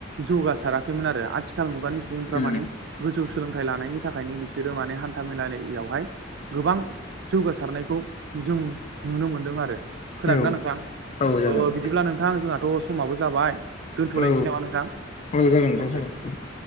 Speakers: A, on the right; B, on the left.
A: जौगासाराखैमोन आरो आथिखाल मुगानि सुबुंफ्रा
B: उम
A: माने गोजौ सोलोंथाइ लानायनि थाखायनो बिसोरो माने हान्था मेलायावहाय गोबां जौगासारनायखौ जों नुनो मोनदों आरो। खोनादोंना
B: औ
A: नोंथां?
B: औ जागोन
A: ओ बिदिब्ला नोंथां जोंहा थ' समाबो जाबाय दोनथ'लायनोसै
B: औ
A: नामा नोंथां?
B: औ जागोन <inaudible>